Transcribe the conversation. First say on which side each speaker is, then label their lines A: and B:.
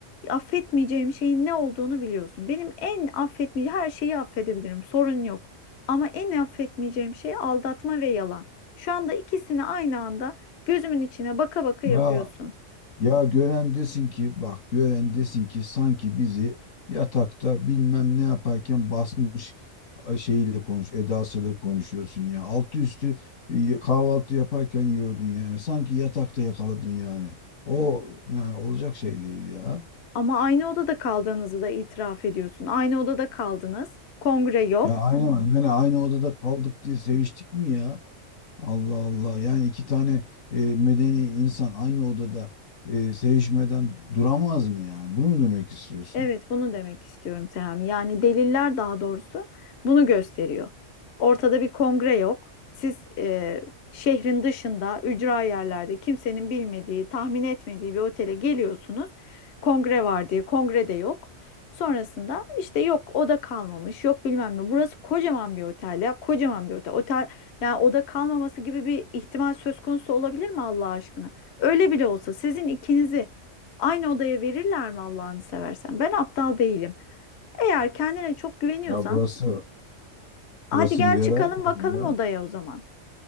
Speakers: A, on the left; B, on the left.
A: affetmeyeceğim şeyin ne olduğunu biliyorsun. Benim en affetmeyeceğim her şeyi affedebilirim. Sorun yok. Ama en affetmeyeceğim şey aldatma ve yalan. Şu anda ikisini aynı anda gözümün içine baka baka
B: Ya
A: yapıyorsun.
B: Ya gören desin ki bak gören desin ki sanki bizi yatakta bilmem ne yaparken basmış a, şeyiyle konuş edasıyla konuşuyorsun ya. Altı üstü e, kahvaltı yaparken gördün yani. Sanki yatakta yakaladın yani. O yani olacak şey değil ya.
A: Ama aynı odada kaldığınızı da itiraf ediyorsun. Aynı odada kaldınız. Kongre yok.
B: Ya aynı yani aynı odada kaldık diye seviştik mi ya? Allah Allah. Yani iki tane e, medeni insan aynı odada e, sevişmeden duramaz mı yani? Bunu mu demek istiyorsun?
A: Evet, bunu demek istiyorum Serami. Yani deliller daha doğrusu bunu gösteriyor. Ortada bir kongre yok. Siz e, şehrin dışında, ücra yerlerde, kimsenin bilmediği, tahmin etmediği bir otele geliyorsunuz. Kongre var diye, kongre de yok. Sonrasında işte yok oda kalmamış, yok bilmem ne. Burası kocaman bir otel ya, kocaman bir otel. Otel yani oda kalmaması gibi bir ihtimal söz konusu olabilir mi Allah aşkına? Öyle bile olsa sizin ikinizi Aynı odaya verirler mi Allah'ını seversen? Ben aptal değilim. Eğer kendine çok güveniyorsan,
B: Ya burası
A: hadi
B: Burası
A: gel
B: liberal
A: çıkalım
B: mi
A: bakalım
B: yani ya.
A: odaya o zaman.